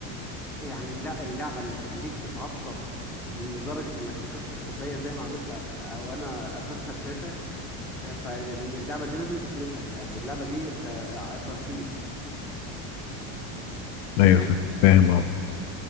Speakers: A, in the centre; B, on the left.
A: يعني لا اللعبة اللي تخليك تتعصب لدرجة انك تكسر كوباية زي ما عملت أ- او انا اكسر شاشة فاللعبة دي لازم تتمسح يعني اللعبة دي انت ع- ترفيه فاهم
B: ايوه فاهم فاهم اه